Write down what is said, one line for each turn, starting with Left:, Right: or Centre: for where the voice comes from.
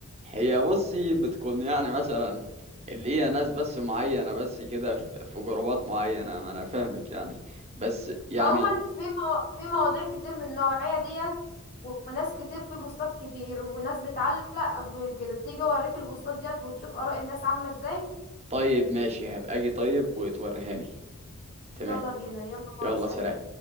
Right: هي بصي بتكون يعني مثلا اللي هي ناس بس معينة بس كده في في جروبات معينة ما أنا فاهمك يعني بس يعني
Left: عموما في مو... في مواضيع كتير من النوعية ديت و- وناس كتير في بوستات كتير وناس بتعلق كده تيجي اوريك البوستات ديت وتشوف آراء الناس عاملة ازاي
Right: طيب ماشي هبقى أجي طيب وتوريهاني تمام
Left: يلا بينا يلا باي
Right: يلا
Left: سلام
Right: سلام